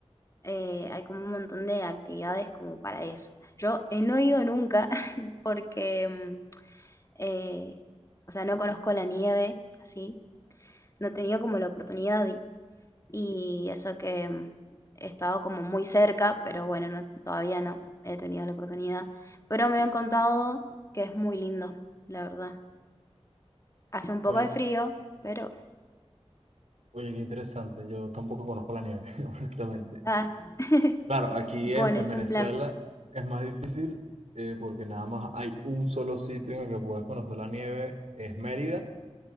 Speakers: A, on the left; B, on the right.
A: eh, hay como un montón de actividades como para eso. Yo eh, no he ido nunca <laughs> porque, mm, eh, o sea, no conozco la nieve, así. No he tenido como la oportunidad y, y eso que mm, he estado como muy cerca, pero bueno, no- todavía no he tenido la oportunidad. Pero me han contado que es muy lindo, la verdad. Hace un poco
B: Oye,
A: de frío, pero...
B: oye, qué interesante, yo tampoco conozco la nieve, <laughs> honestamente.
A: Ah. <laughs>
B: Claro, aquí
A: Bueno,
B: en, en
A: es
B: Venezuela
A: un plan.
B: es más difícil eh, porque nada más hay un solo sitio en el que puedes conocer la nieve, es Mérida,